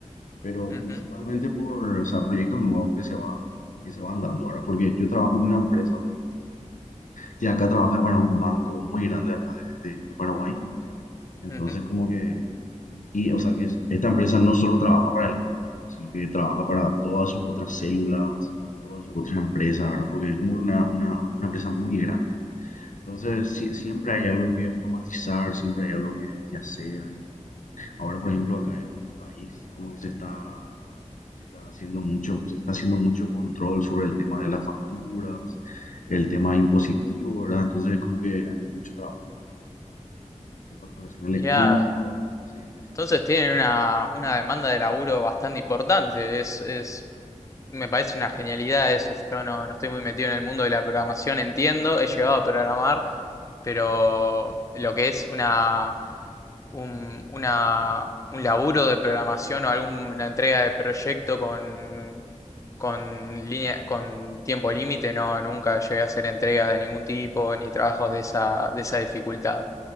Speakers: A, on the left (about 85°); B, on the left (about 25°).
A: pero
B: ujú,
A: principalmente por, o sea, proyectos nuevos que se van, que se van dando ahora, porque yo trabajo en una empresa que acá trabaja para un banco muy grande acá de, de- de Paraguay, entonces
B: ujú.
A: como que Y, o sea, que es- esta empresa no solo trabaja para el banco, sino que trabaja para todas sus otras células, todas sus otras empresas, ¿verdad? Porque es como una, una, una empresa muy grande. Entonces, sie- siempre hay algo que automatizar, siempre hay algo que, que hacer. Ahora, por ejemplo, acá en mi país, como que se está, se está haciendo mucho, se está haciendo mucho control sobre el tema de las facturas, el tema impositivo, ¿verdad? Entonces, como que hay mucho trabajo de facturación electrónica,
B: Mirá,
A: sí, sí, sí.
B: entonces tienen una, una demanda de laburo bastante importante. es es Me parece una genialidad eso. Yo no, no estoy muy metido en el mundo de la programación, entiendo, he llegado a programar, pero lo que es una, un, una, un laburo de programación o alguna entrega de proyecto con, con línea, con tiempo límite, no, nunca llegué a hacer entregas de ningún tipo ni trabajos de esa, de esa dificultad.